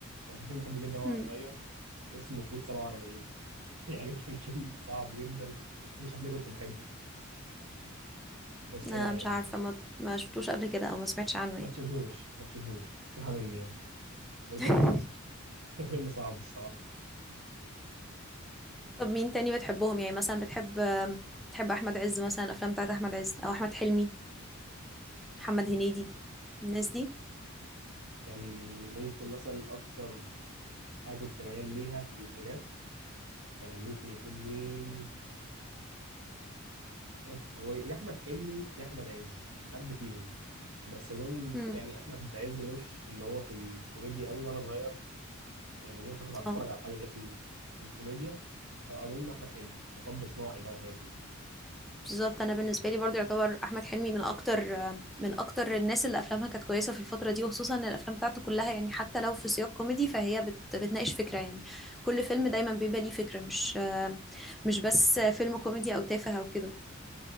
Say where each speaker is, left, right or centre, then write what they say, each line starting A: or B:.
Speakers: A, on the right; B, in the centre.
A: كان في فيلم بحبه جدا وانا
B: امم
A: صغير اسمه كود 47 <laughs> يعني كان فيلم صعب جدا مش عارف ليه كنت بحبه بس
B: أنا
A: لا
B: مش
A: يعني
B: عارفة ما ما شفتوش قبل كده أو ما سمعتش عنه
A: ما تشبهوش ما تشبهوش سحب مني يعني ماليش
B: يعني
A: عليه خالص
B: <laughs>
A: <laughs> وفيلم صعب الصراحه
B: طب مين تاني بتحبهم يعني مثلا بتحب آم، بتحب احمد عز مثلا الافلام بتاعت احمد عز او احمد حلمي محمد هنيدي الناس دي
A: كان ممكن مثلا اكتر حاجه كنت ميال ليها في الالفينات كان ممكن يكون مين احمد هو يا احمد حلمي يا احمد عز حد فيهم بس اظن
B: امم
A: يعني احمد عز ملوش اللي هو في الكوميديا قوي وانا صغير يعني ما اظنش كنت هتفرج
B: اه
A: على حاجه غير ال- الكوميديا فاظن احمد حلمي مطب صناعي بقى والحاجات دي
B: بالظبط انا بالنسبه لي برضو يعتبر احمد حلمي من اكتر آم، من اكتر الناس اللي افلامها كانت كويسه في الفتره دي وخصوصا ان الافلام بتاعته كلها يعني حتى لو في سياق كوميدي فهي بت... بتناقش فكره يعني كل فيلم دايما بيبقى ليه فكره مش آم، مش بس فيلم كوميدي او تافه او كده